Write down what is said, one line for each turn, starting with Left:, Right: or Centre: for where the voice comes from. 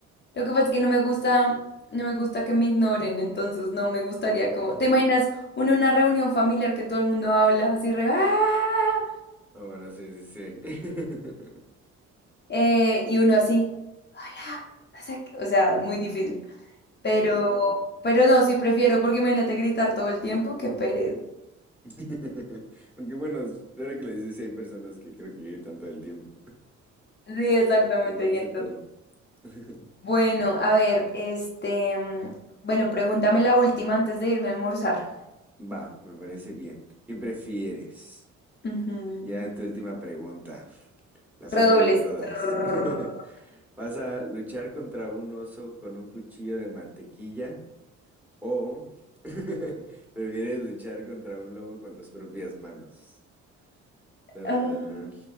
Left: Lo que pasa es que no me gusta, no me gusta que me ignoren, entonces no me gustaría como. ¿Te imaginas uno en una reunión familiar que todo el mundo habla así re "Ah",
Centre: Oh, bueno, sí, sí, sí. <laughs>
Left: eh, y uno así, hola, no sé qué, o sea, muy difícil. Pero,
Centre: Sí, no.
Left: pero no, sí prefiero, porque imagínate gritar todo el tiempo, qué pereza.
Centre: <laughs> Aunque bueno, ahora que lo dices, sí hay personas que creo que gritan todo el tiempo.
Left: Sí, exactamente.
Centre: <laughs> Tienen
Left: y
Centre: ese
Left: entonces-
Centre: tono. <laughs>
Left: Bueno, a ver, este, mm, bueno, pregúntame
Centre: Ujú.
Left: la última antes de irme a almorzar.
Centre: Va, me parece bien. ¿Qué prefieres?
Left: Ujú.
Centre: Ya en tu última pregunta, la final
Left: Redobles.
Centre: de todas.
Left: <laughs> Trrr.
Centre: <laughs> Vas a luchar contra un oso con un cuchillo de mantequilla o <laughs> prefieres luchar contra un lobo con tus propias manos. Tararán.
Left: Ah,